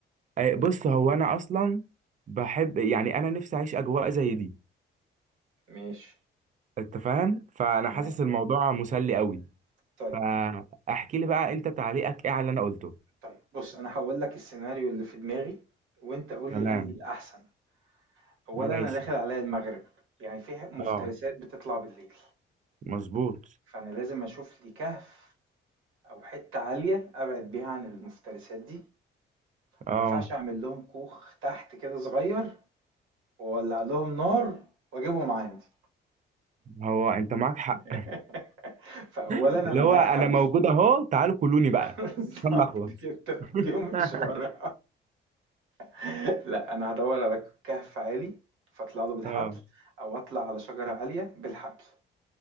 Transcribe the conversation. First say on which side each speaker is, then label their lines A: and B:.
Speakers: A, on the right; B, on the right.
A: آه، بص هو انا اصلا بحب يعني انا نفسي اعيش اجواء زي دي
B: ماشي،
A: انت فاهم فانا
B: تمام.
A: حاسس الموضوع مسلي قوي
B: طيب،
A: فاحكي لي بقى انت تعليقك ايه على اللي انا قلته
B: طيب بُص أنا هاقول لك السيناريو اللي في دماغي، وأنت قُل
A: تمام
B: لي أنهي الأحسن. أولًا
A: ماشي
B: أنا داخل عليّا المغرب، يعني في ح مفترسات
A: اه
B: بتطلع بالليل،
A: مظبوط
B: فأنا لازم أشوف لي كهف أو حتّة عالية أبعد بيها عن المفترسات دي،
A: اه
B: ما ينفعش أعمل لهم كوخ تحت كده صغير وولع لهم نار واجيبهم عندي
A: هو انت معاك حق
B: <laughs> فاولا
A: <laughs>
B: انا
A: اللي هو
B: معايا
A: انا
B: حبل
A: موجود اهو تعالوا كلوني بقى
B: <laughs> بالظبط
A: عشان نخلص
B: كده انت بتديهم اشاره
A: <laughs>
B: <laughs> لا انا هدور على كهف عالي فاطلع له بالحبل
A: اه
B: او اطلع على شجره عاليه بالحبل